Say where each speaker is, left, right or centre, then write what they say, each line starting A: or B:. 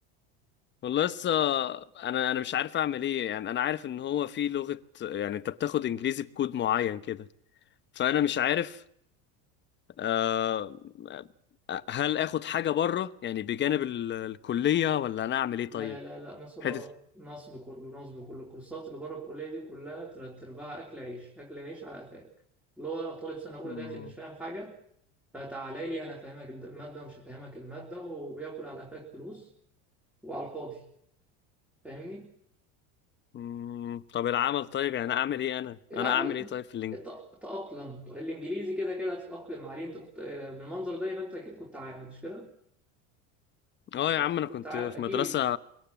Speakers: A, on the left (about 30°); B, in the centre.
A: والله لسه انا انا مش عارف اعمل ايه يعني انا عارف ان هو في لغة يعني انت بتاخد انجليزي بكود معين كده فانا مش عارف آه آه، هل اخد حاجة بره يعني بجانب ال- الكلية ولا انا اعمل ايه
B: لا
A: طيب
B: لا لا نصب
A: حتة
B: نصب كله نصب كله الكورسات اللي بره الكليه دي كلها تلات ارباع اكل عيش اكل عيش على قفاك اللي هو طالب سنه اولى
A: مم.
B: داخل مش فاهم حاجه فتعالى لي انا فاهمك الد- الماده ومش فاهمك الماده وبياكل على قفاك فلوس وعلى الفاضي فاهمني
A: مم. طب العمل طيب يعني اعمل ايه انا
B: العمل
A: انا اعمل ايه طيب في اللينك
B: ات- تأقلم الإنجليزي كده كده هتتأقلم عليه أنت كنت بالمنظر ده يبقى أنت أكيد كنت عامل مش كده؟
A: اه
B: كنت
A: يا
B: ع-
A: عم انا
B: كنت
A: كنت
B: عارف
A: في
B: اكيد
A: مدرسة